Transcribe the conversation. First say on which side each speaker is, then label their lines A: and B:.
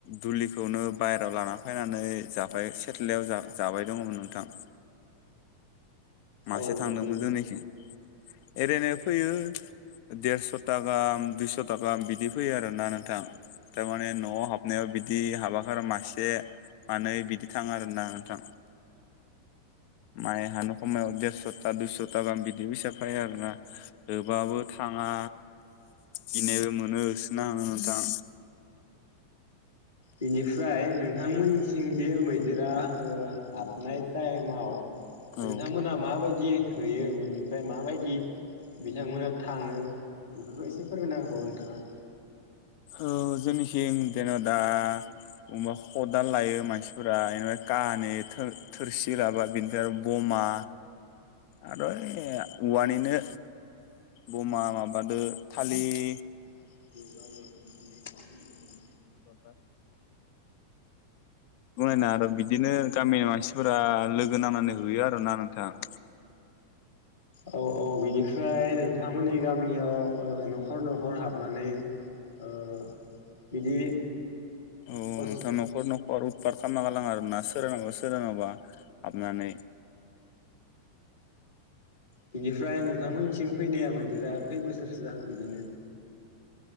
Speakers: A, on the left (about 45°); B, on the left (about 70°).
A: दुलिखौनो बाहेरायाव लाना फैना नानै जाफाय सेथलायाव जाबाय दङ'मोन नोंथां। मासे
B: औ
A: थांदोंमोन
B: बिनि
A: जोंनिथिं एरायनो फैयो देरस' था गाहाम दुइस' था गाहाम बिदि फैयो आरो ना नोंथां थारमाने न'आव हाबनायाव बिदि हाबाखार मासे मानै बिदि थांङो आरोना नोंथां। माइहानो हमायाव देरस'था दुइस'था गाहाम बिदि फैसा फायो आरोना होबाबो थांङा गिनायबो मोनो होसोनो आं नोंथां
B: बेनिफ्राय नोंथांमोननिथिं जे मै जेरा ओ हाबनाय टाइमाव
A: औ
B: नोंथांमोना माबायदि होयो बिनिफ्राय माबायदि बिथांमोना थाङो बेफोरखौ एसे फोरमायना होबावो नोंथाङा।
A: औ जोंनिसिं जेन' दा बबा खदाल लायो मानसिफोरा बेनिफ्राय कानै थोरसि लाबा बिनिफ्राय आरो बमा मा आरो औवानिनो बमा माबादो थालिर
B: <inaudible>
A: <inaudible> बुनायना आरो बिदिनो गामिनि मानसिफोरा लोगो नांनानै होयो आरोना नोंथां। <inaudible>
B: औ औ बेनिफ्राय नोंथांमोननि गा मियाव ओ न'खर न'खर हाबनानै ओ बिदि
A: औ
B: अस
A: नोंथां न'खर नख र उदफार खालामना गालांङो आरोना सोरनावबा सोरनावबा हाबनानै
B: बिनिफ्राय नोंथांमोननिथिं फैनाया मैदेरा खै बोसोरसो जाखो बिदिनो?